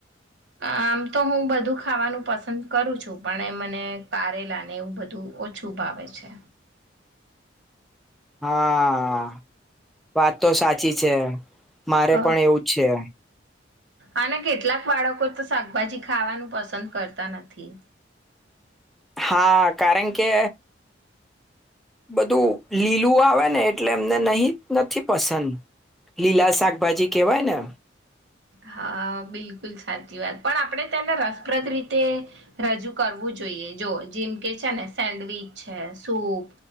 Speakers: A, on the right; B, in the centre.
A: આમ તો હું બધું ખાવાનું પસંદ કરું છું પણ એ મને તારેલા ને એવું બધું ઓછું ભાવે છે.
B: હા વાત તો સાચી છે. મારે
A: હ
B: પણ એવું જ છે
A: અનેને કેટલાક બાળકો તો શાકભાજી ખાવાનું પસંદ કરતા નથી.
B: હા કારણ કે બધું લીલું આવે ને એટલે એમને નહી નથી પસંદ લીલા શાકભાજી કેહેવાય ને
A: હા બિલકુલ સાચી વાત પણ આપણે તેને રસપ્રદ રીતે રજૂ કરવું જોઈએ જો જેમકે છે ને સેન્ડવીચ છે સૂપ